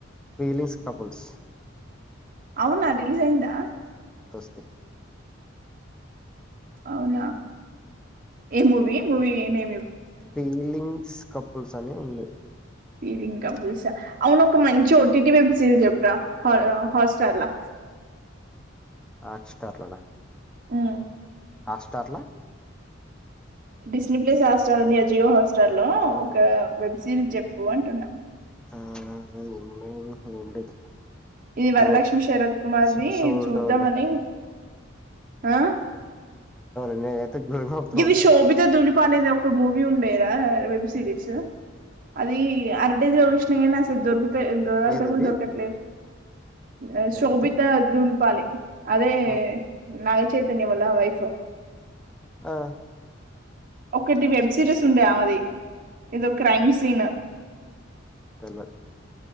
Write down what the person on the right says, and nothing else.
అవునా రిలీజ్ అయిందా.
అవునా ఏం మూవి మూవి మేం
ఫీలింగ్ కపుల్స అవును ఒక మంచి ఓటీటి వెబ్ సిరీస్ చెప్పరా హాట్స్టార్ లా.
హ్
డిస్ని ప్లేస్ హాస్టల్ ఉంది జియో హాస్టల్ లో
ఒక వెబ్ సిరీస్ చెప్పు అం టున్న
ఇది వరలక్ష్మి
శరత్ కుమార్దు
చూద్దామ అని ఆ
గివి శోభిత
దులిపాలేది ఒక మూవీ ఉండేరా వెబ్ సీరీస్ అది అడ్వర్టైజ్లో వచ్చినయ్ కానీ అసలు దొరుక్ దేవులాడుతే
కూడా దొరకట్లేదు ఆ శోభిత
దులుపాలే అదే
నాగచైతన్య వల్ల వైఫ్
ఒకటి వెబ్ సిరీస్ ఉండే ఆమెది ఏదో క్రైమ్ సీన్